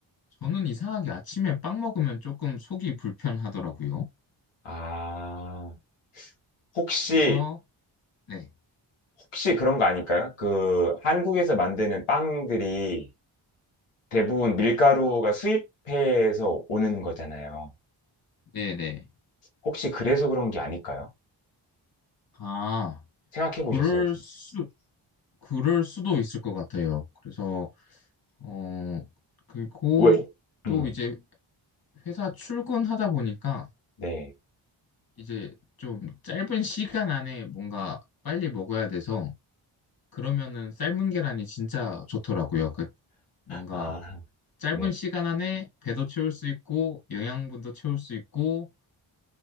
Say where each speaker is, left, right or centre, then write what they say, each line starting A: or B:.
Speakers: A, on the left; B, on the left.
A: 저는 이상하게 아침에 빵 먹으면 조금 속이 불편하더라고요.
B: 아, 혹시,
A: 그래서, 네.
B: 혹시 그런 거 아닐까요? 그, 한국에서 만드는 빵들이 대부분 밀가루가 수입해서 오는 거잖아요.
A: 네네.
B: 혹시 그래서 그런 게 아닐까요?
A: 아,
B: 생각해
A: 그럴
B: 보셨어요?
A: 수, 그럴 수도 있을 것 같아요. 그래서 어, 그리고
B: 왜?
A: 또
B: 음,
A: 이제 회사 출근하다 보니까
B: 네.
A: 이제 좀 짧은 시간 안에 뭔가 빨리 먹어야 돼서 그러면은 삶은 계란이 진짜 좋더라고요. 그 뭔가
B: 아,
A: 짧은
B: 네.
A: 시간 안에 배도 채울 수 있고 영양분도 채울 수 있고